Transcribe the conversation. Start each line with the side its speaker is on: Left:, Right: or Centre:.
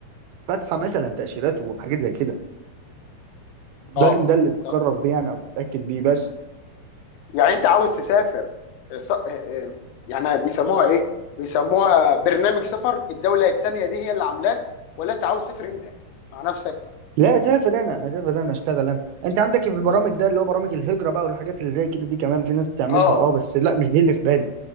Right: فاتحه مثلا تاشيرات وحاجات زي كده
Left: اه
Right: لازم ده اللي تقرر
Left: طب
Right: بيه يعني او تتاكد بيه بس
Left: يعني انت عاوز تسافر آه، ص- آه، آه، يعني بيسموها ايه بيسموها برنامج سفر الدولة التانية دي هي اللي عاملاه ولا انت عاوز تسافر انت مع نفسك
Right: لا اسافر انا اسافر انا اشتغل انا انت عندك في البرامج
Left: اه
Right: ده اللي هو برامج الهجره بقى والحاجات اللي زي كده دي كمان في ناس بتعملها
Left: اه
Right: اه بس لا مش دي اللي في بالي